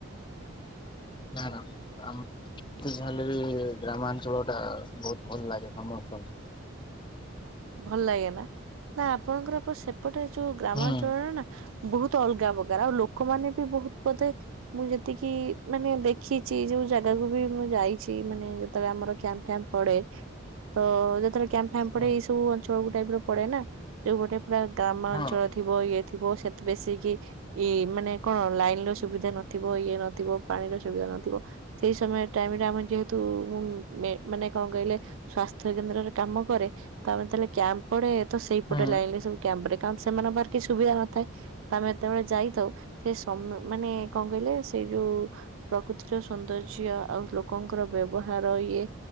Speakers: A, on the left (about 20°); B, on the right (about 75°).
A: ନା ନା ଆମ ହେଲେ ବି ଗ୍ରାମାଞ୍ଚଳ ଟା ବହୁତ ଭଲ ଲାଗେ ସମସ୍ତଙ୍କୁ।
B: ଭଲ ଲାଗେ ନା ନା ଆପଣଙ୍କର ସେପଟେ ଯୋଉ ଗ୍ରାମାଞ୍ଚଳରେ
A: ହୁଁ
B: ନା ବହୁତ ଅଲଗା ପ୍ରକାର ଆଉ ଲୋକମାନେ ବି ବହୁତ ବୋଧେ ମୁଁ ଯେତିକି ମାନେ ଦେଖିଛି ଯଉ ଜାଗାକୁ ବି ମୁଁ ଯାଇଛି ମାନେ ଯେତେବେଳେ ଆମର କ୍ୟାଂପ ଫ୍ୟାମ୍ପ ପଡେ ତ ଯେତେବେଳେ କ୍ୟାମ୍ପ ଫ୍ୟାମ୍ପ
A: ହୁଁ
B: ପଡେ ଏଇ ସ ଯଉ ଟାଇପର ପଡେନା ଯୋଉ ଗଟେ ପୁରା ଗ୍ରାମାଅଞ୍ଚଳ
A: ହଁ
B: ଥିବ ଇଏ ଥିବ ଥିବ ସେତ ବେଶୀ କି ଇ ମାନେ କଣ ଲାଇନ ର ସୁବିଧା ନଥିବ ଇଏ ନଥିବ ପାଣିର ସୁବିଧା ନଥିବ ସେଇ ସମୟ ଟାଇମରେ ଆମ ଯେହେତୁ ମେ ମାନେ କଣ କହିଲେ ସ୍ୱାସ୍ଥ୍ୟ କେନ୍ଦ୍ରରେ କାମ କରେ ତ ଆମେ ତାହେଲେ କ୍ୟାମ୍ପ ପଡେ ତ ସେଇପଟେ
A: ହୁଁ
B: ଲାଇନରେ ସବୁ କ୍ୟାମ୍ପ ପଡେ କାରଣ ସେ ସେମାନଙ୍କ କି ସୁବିଧା ନଥାଏ ତ ଆମେ ଯେତେବେଳେ ଯାଇଥାଉ ସେ ସମ ମାନେ କଣ କହିଲେ ସେଇ ଯୋଉ ଉ ପ୍ରକୃତିର ସୌନ୍ଦର୍ଯ୍ୟ ଆଉ ଲୋକଙ୍କର ବ୍ୟବହାର ଇଏ